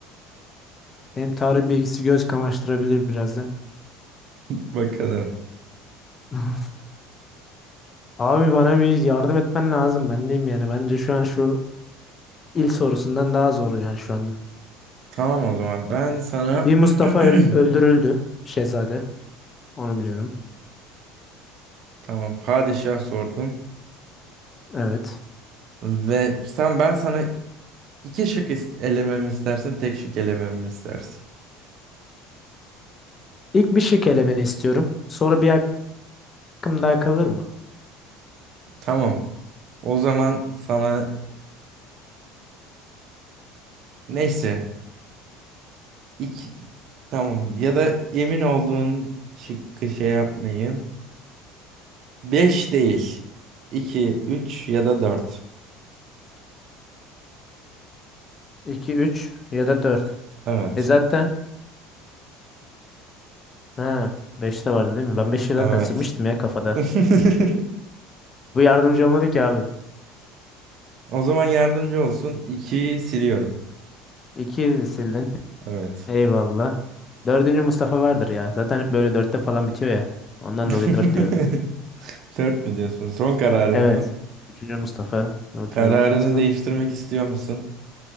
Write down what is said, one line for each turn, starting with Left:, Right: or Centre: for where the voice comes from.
Left: Benim tarih bilgisi göz kamaştırabilir birazdan.
Right: Bakalım.
Left: <laughs> Abi bana bir yardım etmen lazım. Ben diyeyim yani. Bence şu an şu il sorusundan daha zor yani şu anda.
Right: Tamam o zaman ben sana
Left: Bir Mustafa
Right: <clears throat>
Left: öl- öldürüldü. Şehzade. Onu biliyorum.
Right: tamam padişah sordum
Left: Evet.
Right: ve sen ben sana iki şık is- elememi istersin, tek şık elememi istersin.
Left: İlk bir şık elemeni istiyorum. Sonra bir hakkım daha kalır mı?
Right: Tamam. O zaman sana neyse İk tamam ya da emin olduğun şıkkı şey yapmayayım. 5 değil. iki, 3 ya da 4.
Left: 2, 3 ya da 4.
Right: Evet.
Left: E zaten ha 5 de vardı değil mi? Ben beş'i zaten
Right: Evet.
Left: silmiştim ya kafada.
Right: <laughs>
Left: Bu yardımcı olmadı ki abi.
Right: O zaman yardımcı olsun. 2'yi siliyorum.
Left: 2'yi sildin.
Right: Evet.
Left: Eyvallah. Dördüncü Mustafa vardır ya. Zaten hep böyle dörtte falan bitiyor ya. Ondan
Right: <laughs>
Left: dolayı 4 diyorum.
Right: Dört mü diyorsun? Son kararın
Left: Evet.
Right: mı?
Left: Üçüncü Mustafa. Bakıyorum.
Right: Kararını
Left: Son...
Right: değiştirmek istiyor musun?